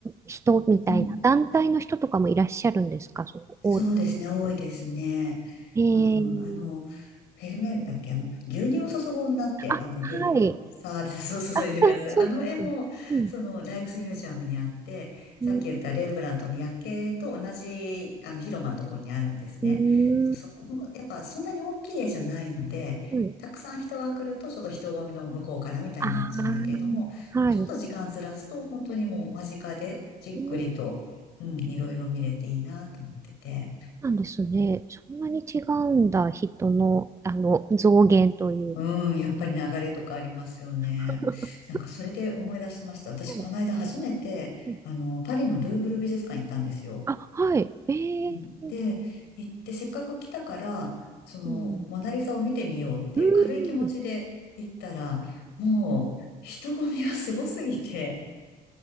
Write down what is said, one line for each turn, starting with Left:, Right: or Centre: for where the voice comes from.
Right: 人みたいな、
Left: うん
Right: 団体の人とかもいらっしゃるんですか、その、
Left: そうですね、
Right: お、
Left: 多いですね。
Right: えー、
Left: うん、あの、フェルメールだっけあの、牛乳を注ぐ女って、
Right: あ、
Left: あの、牛乳をさーって注注いでるやつ。
Right: はい、あ、あそうですね、
Left: あの絵も、
Right: うん、
Left: その、ライクスミュージアムにあって、さっき言ったレンブラントの夜景と同じ、
Right: うん、
Left: あの、広間のところにあるんですね。
Right: うん、
Left: そ、そこも、やっぱそんなに大きい絵じゃないので、
Right: うん
Left: たくさん人が来ると、ちょっと人混みの向こうからみたいになっちゃうんだけれども、
Right: ああー、はい、
Left: ちょっと時間ずらすと、本当にもう間近でじっくりと、
Right: うん
Left: うん、いろいろ見れていいなと思ってて。
Right: なんですね。そんなに違うんだ、人の、あの、増減という。
Left: うん、やっぱり流れとかありますよね。
Right: <laughs>
Left: なんかそれで思い出しました。私、
Right: うん
Left: この間初めて、
Right: うん
Left: あの、パリのルーブル美術館行ったんですよ。
Right: あ、はい。え
Left: うん、
Right: ー、
Left: で、行って、せっかく来たから、その、
Right: うん。
Left: モナリザを見てみようっていう軽い気持ちで行ったら、
Right: うん。
Left: もう、人混みがすごすぎて、